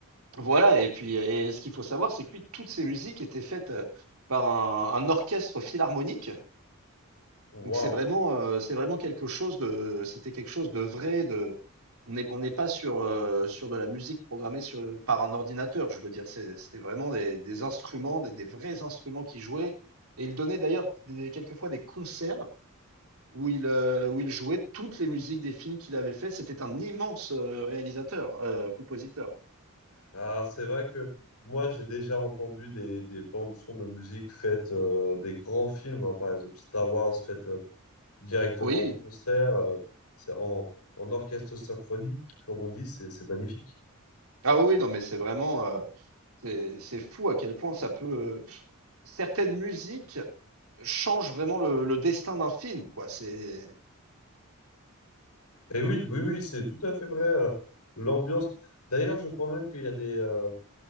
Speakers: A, on the right; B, on the left.
A: voilà et puis et ce qu'il faut savoir, c'est que lui, toutes ces musiques étaient faites, heu, par un un orchestre philharmonique. Donc
B: Waouh.
A: c'est vraiment, euh, c'est vraiment quelque chose de, c'était quelque chose de vrai, de, on n'est on n'est pas sur, euh, sur de la musique programmée sur, par un ordinateur, je veux dire, c'est- c'était vraiment des, des instruments, des, des vrais instruments qui jouaient, et il donnait d'ailleurs des- quelquefois des concerts où il, euh, où il jouait toutes les musiques des films qu'il avait fait, c'était un immense euh, réalisateur, euh, compositeur.
B: Ah, c'est vrai que moi, j'ai déjà entendu des, des bandes son de musique faites euh, des grands films, hein. par exemple Star Wars, faites euh, directement
A: Oui,
B: en concert, euh, c'est en, en orchestre symphonique, comme on dit, c'est c'est magnifique.
A: ah oui, oui, non mais c'est vraiment, euh, c'est, c'est fou à quel point ça peut, certaines musiques change vraiment le, le destin d'un film, quoi. C'est
B: Et oui, oui, oui, c'est tout à fait vrai. euh, l'ambiance. D'ailleurs, je crois même qu'il y a des, euh,